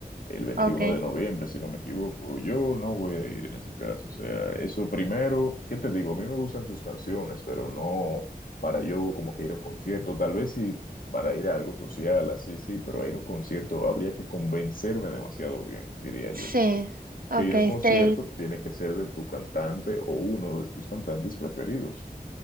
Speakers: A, on the left; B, on the right.
A: el veintiuno
B: ok.
A: de noviembre, si no me equivoco. Yo no voy a ir en ese caso. O sea, eso primero, ¿qué te digo? A mí me gustan sus canciones, pero no para yo como que ir a un concierto. Tal vez sí para ir a algo social, así sí, pero a ir a un concierto habría que convencerme demasiado bien, diría yo.
B: Sí, ok.
A: Que ir a
B: Este,
A: un concierto tiene que ser de tu cantante o uno de tus cantantes preferidos.